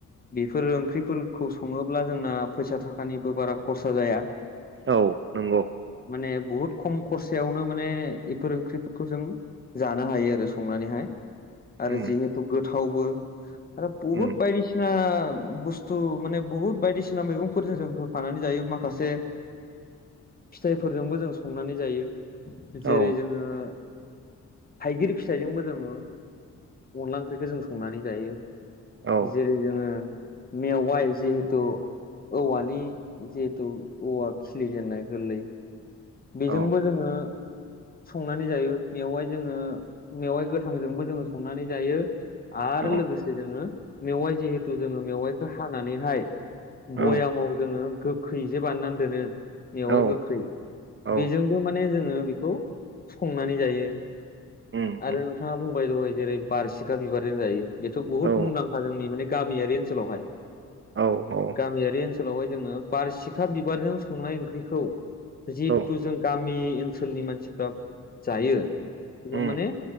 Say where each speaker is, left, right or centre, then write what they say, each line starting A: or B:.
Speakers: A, on the left; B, on the right.
A: बेफोरो ओंख्रिफोर खौ सङोब्ला जोंना फैसा थाखानिबो बारा खरसा जाया
B: औ नोंगौ
A: माने बुहुद खम खरसायावनो माने एफोर ओंख्रिफोरखौ जों जानो हायो आरो संनानैहाय आरो
B: उम
A: जिहेथु गोथावबो आरो बहुद
B: उम
A: बायदिसिना बुस्थु माने बुहुत बायदिसिना मैगंफोरजों जों होफानानै जायो माखासे फिथाइफोरजोंबो जों संनानै जायो
B: औ
A: जेरै जोंङो थाइगिर फिथाइजोंबो जोङो अनला ओंख्रिखो जों संनानै जायो
B: औ
A: जेरै जोङो मेवाइ जिहेथु औवानि जिहेथु औवा खिलिजेननाय गोरलै बेजोंबो
B: औ
A: जोङो संनानै जायो मेवाइ जोङो मेवाइ गोथांजोंबो जोङो संनानै जायो आरो
B: औ
A: लोगोसे जोङो मेवाइ जोङो मेवाइखौ हानानैहाय
B: औ
A: भयामाव जोङो गोखै जे बाननानै दोनो बेवहाय
B: औ
A: गोखै
B: औ
A: बेजोंबो माने जोङो बेखौ संनानै जायो
B: उम
A: आरो
B: उम
A: नोंथाङा बुं बाय दहाय जेरै बारसिखा बिबारजों जायो बेथ बुहुद
B: औ
A: मुंदांखा जोंनि माने गामियारि ओनसोलावहाय
B: औ औ
A: गामियारि ओनसोलावहाय जोङो बारसिखा बिबारजों संनाय ओंख्रिखौ जिहेथु
B: औ
A: जों गामि ओनसोलनि मानसिफ्रा जायो बेखौ
B: उम
A: माने